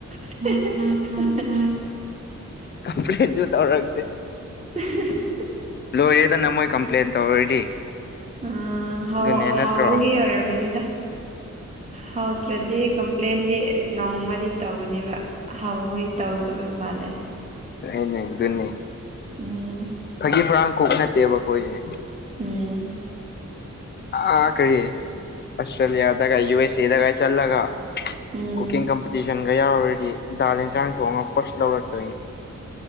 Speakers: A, on the right; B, on the left.
A: <unintelligible>
B: ꯀꯝꯄ꯭ꯂꯦꯟꯖꯨ ꯇꯧꯔꯛꯇꯦ
A: <unintelligible>
B: ꯂꯣꯏꯔꯦꯗ ꯃꯣꯏ ꯀꯝꯄ꯭ꯂꯦꯟ ꯇꯧꯔꯗꯤ
A: ꯑ ꯍꯥꯎ
B: ꯑꯗꯨꯅꯦ ꯅꯠꯇ꯭ꯔꯣ
A: ꯍꯥꯎꯕꯒꯤ ꯑꯣꯢꯌꯔꯝꯒꯅꯤꯗ ꯍꯧꯗ꯭ꯔꯗꯤ ꯀꯝꯄ꯭ꯂꯦꯟꯗꯤ ꯅꯣꯡꯃꯗꯤ ꯇꯧꯒꯅꯤꯕ ꯍꯥꯎꯣꯏ ꯇꯧꯗꯕꯝ ꯃꯥꯂꯦ
B: ꯑꯅꯦ ꯑꯗꯨꯅꯤ
A: ꯎꯝ
B: ꯐꯥꯒꯤ ꯐꯣꯔꯥꯡ ꯀꯨꯛ ꯅꯠꯇꯦꯕ ꯑꯩꯈꯣꯏꯁꯦ
A: ꯎꯝ
B: ꯥ ꯀꯔꯤꯌꯦ ꯑꯁꯇ꯭ꯔꯦꯂꯤꯌꯥꯗꯒ ꯌꯨ ꯑꯦꯁ ꯑꯦꯗꯒ ꯆꯠꯂꯒ
A: ꯎꯝ
B: ꯀꯨꯀꯤꯡ ꯀꯝꯄꯤꯇꯤꯁꯟꯒ ꯌꯥꯎꯔꯨꯔꯗꯤ ꯗꯥꯜ ꯏꯟꯁꯥꯡ ꯊꯣꯡꯉꯒ ꯐꯥꯔꯁ ꯂꯧꯔꯛꯇꯣꯏꯅꯤ